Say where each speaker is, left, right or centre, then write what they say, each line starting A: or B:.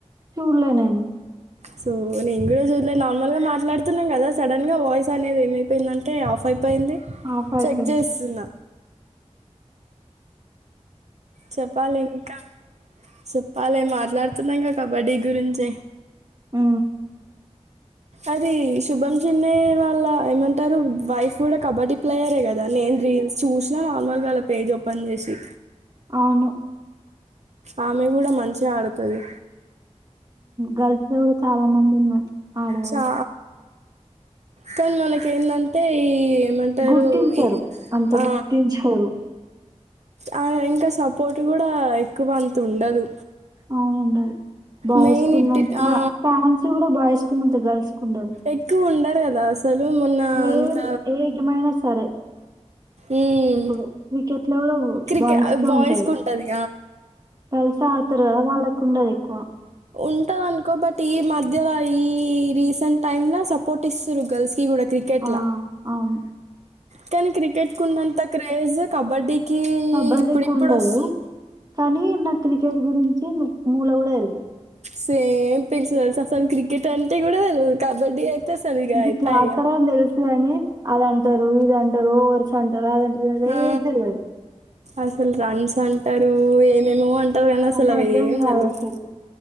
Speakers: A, on the right; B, on the right.
A: చూడలే నేను
B: సో నేను కూడా చూడలేదు నార్మల్ గా మాట్లాడుతున్నాం కదా సడన్ గా వాయిస్ అనేది ఏమైపోయిందంటే ఆఫ్ అయి పోయింది
A: ఆఫ్ అయిపోయింది
B: చెక్ చేస్తున్నా చెప్పాలి ఇంకా చెప్పాలి మాట్లాడ్ తున్న ఇంకా కబడ్డీ గురించే
A: ఆ
B: అది శుభం చిన్నే వాళ్ళ ఏమంటారు వైఫ్ కూడా కబడ్డీ ప్లేయరే కదా నేను రీల్స్ చూసిన నార్మల్గాళ పేజ్ ఓపెన్ చేసి
A: అవును
B: ఆమె కూడా మంచిగా ఆడుతది
A: గర్ల్స్ లో చాలా మంది ఉన్నారు ఆడవాళ్ళు
B: చా కానీ మనకి ఏందంటే ఈ ఏమంటారు
A: గుర్తించరు
B: ఈ
A: అంత
B: ఆ
A: గుర్తించారు
B: ఆ ఇంకా సపోర్ట్ కూడా ఎక్కువ అంత ఉండదు
A: అవునం బాయ్స్కున్నంత
B: మెయిన్ ఇట్
A: మా
B: ఆ
A: ఫ్యాన్స్ కూడా బాయ్స్ కున్నంత గర్ల్స్ కు ఉండరు
B: ఎక్కువ ఉండర్ కదా అసలు మొన్న
A: ఏ
B: అంత
A: ఏ గేమైనా సరే
B: మ్మ్.
A: ఇప్పుడు క్రికెట్ లో కూడా
B: క్రికెట్
A: బయిస్కె
B: బాయ్స్కి
A: ఉంటంది
B: ఉంటుంది
A: కల్స్ ఆడతారు కదా వాళ్ళకు ఉండదు ఎక్కువ
B: ఉంటంది అనుకో బట్ ఈ మధ్యల ఈ రీసెంట్ టైమ్ లో సపోర్ట్ ఇస్తుారు గర్ల్స్ కి కూడా క్రికెట్లా
A: ఆ అవును
B: కానీ క్రికెట్ కు ఉన్నంత క్రేజ్ కబడ్డీకి
A: కబడ్డీకి
B: ఇప్పుడిప్పుడు
A: ఉండదు
B: వస్తుంది
A: కానీ నాకు క్రికెట్ గురించి మూల కూడా తెలవదు
B: సేమ్ పెంచ్ అసలు క్రికెట్ అంటే కూడా తెల్వదు కబడ్డీ అయితే అసలు ఇగ
A: ఇది
B: అయిపాయ్
A: ఇట్లా ఆడతారనీ
B: ఇగ
A: తెలుసు కాని అద అంటారు ఇద అంటారు వరుస అంటారు అదంటారు అదేదతెల్వది
B: ఆ అసలు రన్స్ అసలు అంటారు ఏమేమో అంటారు కానీ
A: అవన్నీ
B: అసలు అవి
A: అర్థం
B: ఏం
A: కాదు
B: తేలవు
A: అసలు.